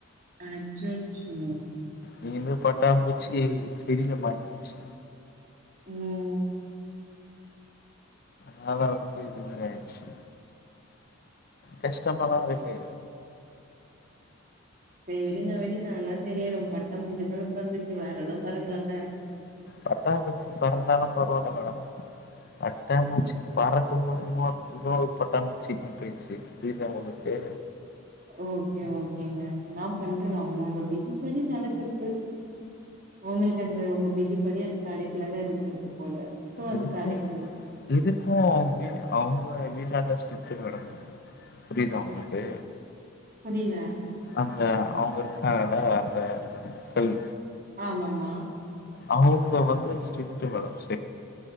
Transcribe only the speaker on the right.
அச்சச்சோ
ம்
செரி விடுங்க விடுங்க எல்லா சரியாயிரு பட்டாம்பூச்சி தான பறந்துச்சு வேர எதுவு பறக்குலாள்ள
ஓகே ஓகேங்க இன்னா பண்றதூங்கள அவுங்கவுங்க விதிப்படி நடக்ரது ஒங்களுக்கு அந்த ஒங்க விதிப்படி அது கெடைக்கலனு இருந்திருக்கு போல சோ அது
கெடைக்கல
புரில
ஆம மா